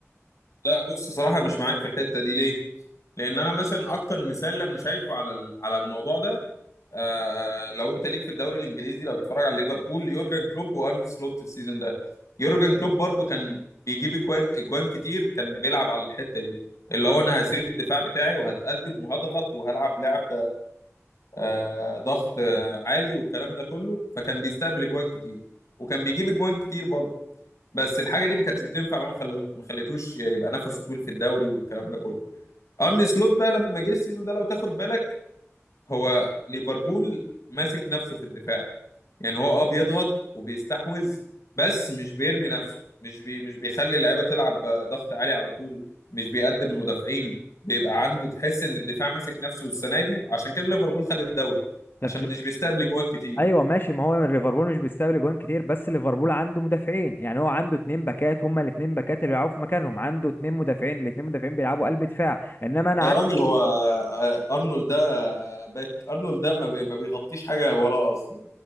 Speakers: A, on the left (about 80°); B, on the left (about 45°).
A: لا بص صراحة مش معاك في الحتة دي ليه لان انا مثلا اكتر مثال انا شايفه على ال- على الموضوع ده آه لو انت ليك في الدوري الانجليزي لو بتتفرج على ليفربول يورجن كلوب وارن سلوت السيزون ده يورجن كلوب برضو كان بيجيب اجوان أجوان كتير كان بيلعب على الحتة دي اللي هو انا هسيب الدفاع بتاعي وهتقدم وهضغط وهلعب لعب آه، ضغط آه، عالي والكلام ده كله فكان بيستقبل اجوان كتير وكان بيجيب اجوان كتير برضه بس الحاجه دي ما كانتش بتنفع بقى ما خلو- ما خليتوش يبقى نفسه طويل في الدوري والكلام ده كله ارني سلوت بقى لما جه السيزون ده لو تاخد بالك هو ليفربول ماسك نفسه في الدفاع يعني هو اه بيضغط وبيستحوذ بس مش بيرمي نفسه مش بي مش بيخلي اللعيبه تلعب ضغط عالي على طول مش بيقدم المدافعين بيبقى عنده تحس ان الدفاع ماسك نفسه السنه دي عشان كده ليفربول خد الدوري عشان
B: طب
A: مش بيستقبل جوان كتير
B: ايوه ماشي ما هو ليفربول مش بيستقبل جوان كتير بس ليفربول عنده مدافعين يعني هو عنده اتنين باكات هما الاتنين باكات اللي بيلعبوا في مكانهم عنده اتنين مدافعين الاتنين مدافعين بيلعبوا قلب دفاع انما انا
A: يا راجل هو آه، ارنولد ده باك ارنولد ده ما بي- ما بيغطيش حاجه وراه اصلا